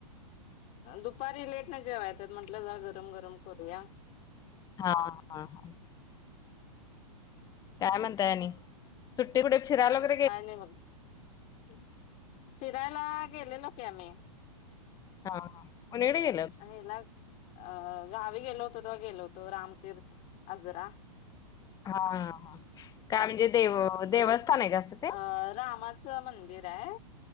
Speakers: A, on the left; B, on the left.
A: दुपारी लेट नाही जेवा येतत म्हंटलं जा गरम गरम करूया.
B: हा हा हा.. काय म्हणताय आणि? सुट्टी कुठे <inaudible>
A: का नाही म्हग फिरायला गेलेलो की आम्ही.
B: हा हा कुणीकडे गेलता?
A: हेला अ गावी गेलो होतो तेव्हा गेलो होतो रामतीर्थ आजरा.
B: हा ह हा काय म्हणजे देव देवस्थान आहे काय?
A: अ रामाचं मंदिर आहे.